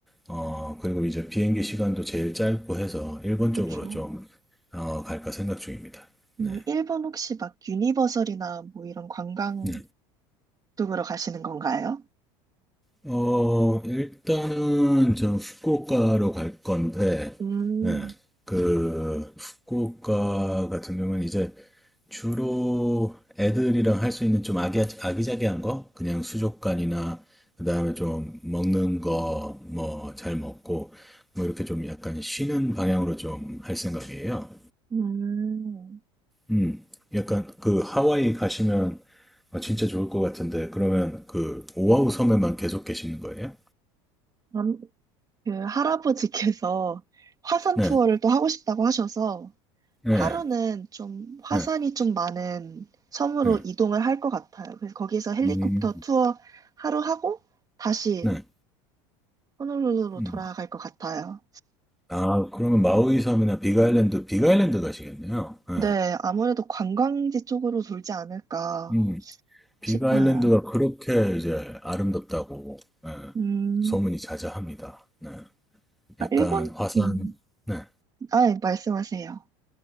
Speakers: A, in the centre; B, on the right (about 25°).
A: 어, 그리고 이제 비행기 시간도 제일 짧고 해서 일본 쪽으로
B: 그쵸.
A: 좀 어, 갈까 생각 중입니다. 네.
B: 음, 일본 혹시 막 유니버설이나 뭐 이런 관광
A: 네.
B: 쪽으로 가시는 건가요?
A: 어, 일단은 저 후쿠오카로 갈 건데
B: 음,
A: 네. 그 후쿠오카 같은 경우는 이제 주로 애들이랑 할 수 있는 좀 아기, 아기자기한 거? 그냥 수족관이나, 그 다음에 좀 먹는 거, 뭐, 잘 먹고, 뭐, 이렇게 좀 약간 쉬는 방향으로 좀 할 생각이에요.
B: 음.
A: 음, 약간 그 하와이 가시면 아, 진짜 좋을 것 같은데, 그러면 그 오아후 섬에만 계속 계시는 거예요?
B: 남- 그 할아버지께서 화산
A: 네,
B: 투어를 또 하고 싶다고 하셔서
A: 네,
B: 하루는 좀 화산이
A: 네,
B: 좀 많은 섬으로
A: 네.
B: 이동을 할 것 같아요. 그래서 거기서 헬리콥터
A: 음,
B: 투어 하루 하고 다시
A: 네.
B: 호놀룰루로
A: 음.
B: 돌아갈 것 같아요.
A: 아, 그러면 마우이 섬이나 빅아일랜드, 빅아일랜드 가시겠네요. 네.
B: 네, 아무래도 관광지 쪽으로 돌지 않을까
A: 음. 빅
B: 싶어요.
A: 아일랜드가 그렇게 이제 아름답다고 네,
B: 음,
A: 소문이 자자합니다. 네,
B: 아,
A: 약간
B: 일본?
A: 화산,
B: 음,
A: 네,
B: 아, 예, 말씀하세요.